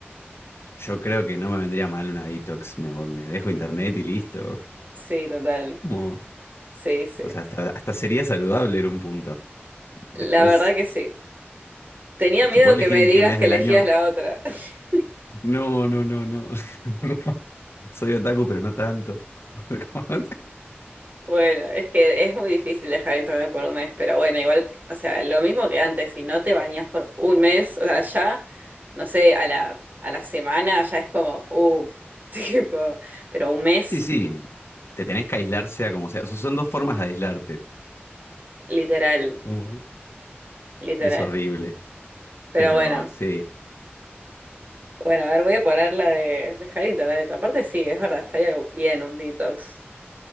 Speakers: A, on the left; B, on the right.
A: yo creo que no me vendría mal una detox. Me, voy- me dejo internet y listo.
B: Sí, total.
A: Como,
B: Sí, sí.
A: o sea, hasta, hasta sería saludable en un punto.
B: La
A: Después.
B: verdad que sí. Tenía miedo
A: Si puedo elegir
B: que me
A: en
B: digas
A: qué mes
B: que
A: del
B: elegías
A: año.
B: la otra. <laughs>
A: No, no, no, no. <laughs> Soy otaku, pero no tanto. <laughs> Como-
B: Bueno, es que es muy difícil dejar internet por un mes, pero bueno, igual, o sea, lo mismo que antes, si no te bañas por un mes, o sea, ya, no sé, a la, a la semana ya es como, uh, <laughs> tipo, pero un mes,
A: Sí, sí. Te tenés que aislar sea como sea. O sea, son dos formas de aislarte.
B: literal,
A: Como-
B: literal.
A: Es horrible.
B: Pero
A: Pero
B: bueno.
A: sí.
B: Bueno, a ver, voy a poner la de dejar internet. Aparte, sí, es verdad, estaría bien un detox.